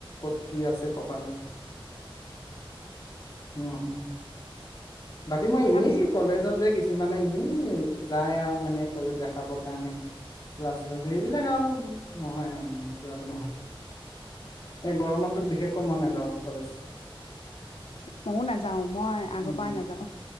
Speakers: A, on the left (about 40°); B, on the left (about 90°).
A: ক'ত কি আছে কপালত। অ'। বাকী মই
B: তাৰপিছত
A: এনেই, কলেজত যে কি মানে এনেই যায় আৰু মানে কলেজ দেখাবৰ কাৰণে, ক্লাছ, শ্লাস সেইবিলাক আৰু নহয় আৰু এনেই যোৱাটো নহয়। এই গৰমতটো বিশেষকৈ মই নাযাওঁ কলেজ।
B: মইও নাযাও, মই আগৰ
A: উম
B: পৰাই নাযাও।